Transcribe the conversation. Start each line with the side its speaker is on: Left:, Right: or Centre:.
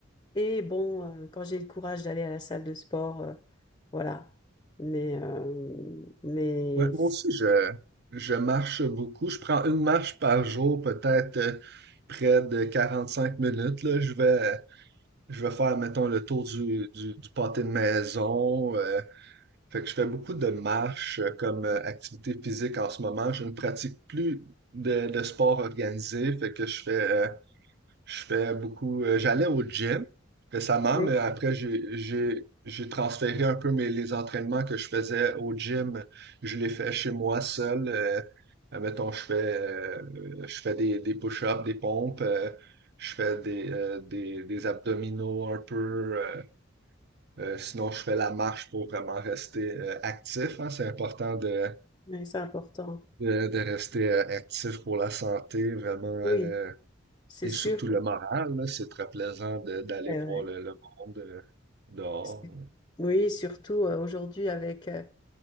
Left: Et bon, euh, quand j'ai le courage d'aller à la salle de sport, euh, voilà. Mais, euh, mais,
Right: ouais, moi
Left: si-
Right: aussi je je marche beaucoup. Je prends une marche par jour, peut-être euh, près de 45 minutes, là. Je vais Je vais faire, mettons, le tour du, du, du pâté de maison. euh, fait que je fais beaucoup de marches euh, comme euh, activité physique en ce moment. Je ne pratique plus de, de sport organisé. Fait que je fais, euh, je fais beaucoup. euh, j'allais au gym récemment,
Left: oui,
Right: mais après, j'ai, j'ai, j'ai transféré un peu mes, les entraînements que je faisais au gym. Je les fais chez moi seul. Euh, euh, mettons, je fais, euh, je fais des, des push-ups, des pompes. euh, je fais des, euh, des, des abdominaux un peu. euh, euh, sinon, je fais la marche pour vraiment rester euh, actif. hein. C'est important de,
Left: mais c'est important.
Right: de, de rester euh, actif pour la santé, vraiment.
Left: Oui,
Right: euh,
Left: c'est
Right: et
Left: sûr.
Right: surtout le moral, là, c'est très plaisant de- d'aller
Left: Eh ouais.
Right: voir le, le monde euh, dehors.
Left: C'est- Oui, surtout euh, aujourd'hui avec euh,